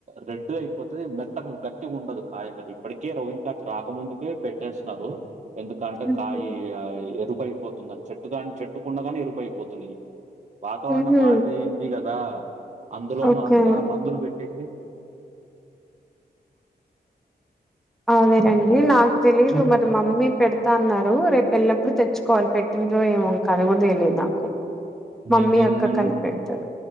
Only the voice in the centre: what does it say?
ఊహూ
ఊహూ
ఓకే
అదేనండి నాకు తెలీదు మరి మమ్మీ పెడత అన్నారు రేపు వెళ్ళినప్పుడు తె కాల్ పెట్టినో ఏమో ఇంకా అది కూడ తెలియదు నాకు
మమ్మీ
అక్క
కలిపి పెడతారు